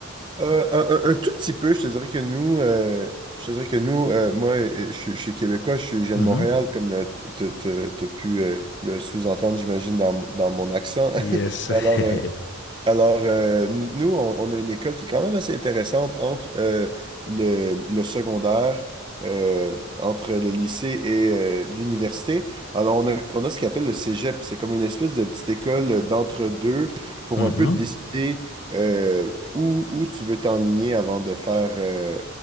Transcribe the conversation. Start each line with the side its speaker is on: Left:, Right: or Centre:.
Right: Euh, un, un- un tout petit peu, je te dirais que nous, euh, je te dirais que nous, euh, moi, euh, je, suis je suis québécois, je, suis, je viens
Left: Mhm.
Right: de Montréal, comme euh, t- t- t- t'as pu euh, le sous-entendre, j'imagine, dans, dans mon accent.
Left: Yes.
Right: <laughs> Alors,
Left: <laughs>
Right: euh, Alors, euh, nous, nous, on, on a une école qui est quand même assez intéressante entre euh, le, le secondaire, euh, entre le lycée et euh, l'université. Alors, on a, on a ce qu'on appelle le cégep. C'est comme une espèce de petite école d'entre-deux pour
Left: Mhm.
Right: un peu décider euh, où, où tu veux t'enligner avant de faire, euh,